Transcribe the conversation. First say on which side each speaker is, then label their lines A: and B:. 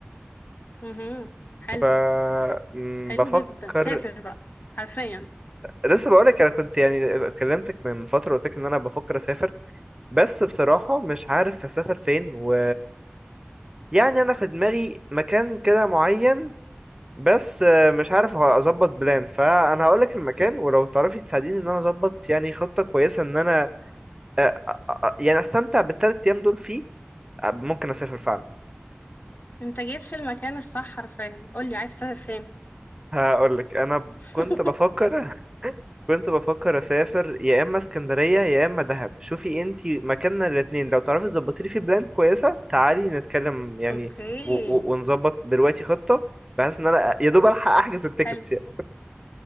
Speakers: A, on the left; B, on the right.
A: مهم. حلو
B: ف م،
A: حلو
B: بفكر
A: جدا سافر بقى حرفيا
B: لسه بقول لك انا كنت يعني كلمتك من فترة قلت لك ان انا بفكر اسافر بس بصراحة مش عارف اسافر فين و يعني انا في دماغي مكان كده معين بس آه، مش عارف اظبط بلان فانا هقول لك المكان ولو تعرفي تساعديني ان انا اظبط يعني خطة كويسة ان انا آه، آه، يعني استمتع بالثلاث ايام دول فيه آه، ممكن اسافر فعلا
A: انت جيت في المكان الصح حرفيا قولي عايز تسافر فين
B: هقول لك انا ب-
A: <laughs>
B: كنت بفكر <laughs> كنت بفكر اسافر يا اما اسكندرية يا اما دهب شوفي انتي مكاننا الاتنين لو تعرفي تظبطي لي في بلان كويسة تعالي نتكلم يعني
A: اوكي
B: و- و- ونظبط دلوقتي خطة بحيث ان انا آه، يا دوب الحق احجز التيكتس
A: حلو
B: يعني